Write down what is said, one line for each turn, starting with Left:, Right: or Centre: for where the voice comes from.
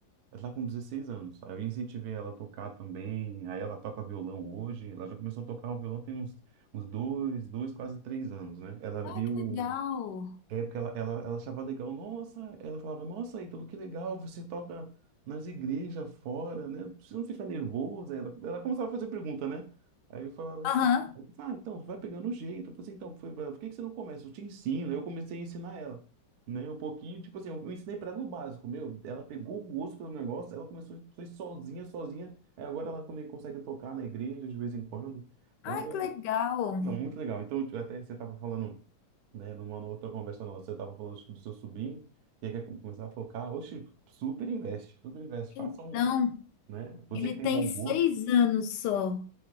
Right: ela tá com 16 anos. Aí eu incentivei ela a tocar também. Aí ela toca violão hoje. Ela já começou a tocar o violão tem uns, uns dois, dois, quase três anos, né? Ela
Left: Ah,
Right: viu
Left: que legal.
Right: é, porque ela, ela, ela achava legal, nossa, ela falava, nossa, Ítalo, que legal, você toca nas igrejas fora, né? Você não fica nervoso? Aí Ela, ela começava a fazer pergunta, né? Aí eu falava
Left: Aham.
Right: assim, eu falava, ah, então, vai pegando o jeito. Eu falei, assim, então, foi, pra- por que que você não começa? Eu te ensino. Aí eu comecei a ensinar ela, né? Um pouquinho, tipo assim, eu ensinei pra ela o básico, meu, ela pegou o gosto pelo negócio, ela começou, foi sozinha, sozinha, aí agora ela também consegue tocar na igreja de vez em quando. Então,
Left: Ah, que legal.
Right: não, muito legal. Então, tipo, até você estava falando, né, numa outra conversa nossa, você estava falando acho que do seu sobrinho, e aí quer começar a focar, oxe, super investe, super investe,
Left: Então,
Right: faça um, um, né? Você
Left: ele
Right: que
Left: tem
Right: tem bom
Left: seis
Right: gosto,
Left: anos só.